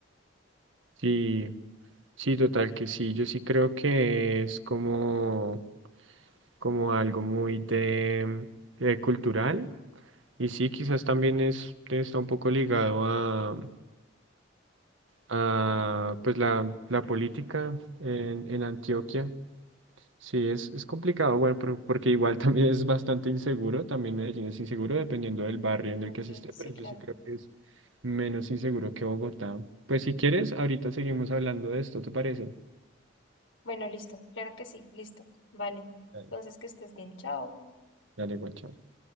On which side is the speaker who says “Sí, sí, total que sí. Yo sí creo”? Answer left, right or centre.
Right